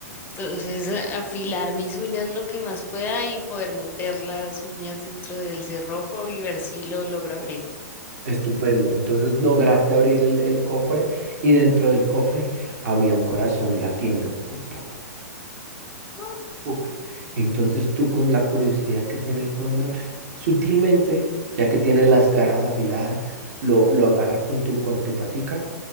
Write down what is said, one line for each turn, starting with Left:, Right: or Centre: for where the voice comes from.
Left: entonces a- afilar mis uñas lo que más pueda y poder meter las uñas dentro del cerrojo y ver si lo logro abrir.
Right: Estupendo. Entonces lograste abrir el, el cofre y dentro del cofre había un corazón latiendo. Puc, puc,
Left: What?
Right: puc. Entonces tú con la curiosidad que tiene el cóndor, sutilmente, ya que tienes las garras afiladas, lo, lo agarras con tu, con tu patica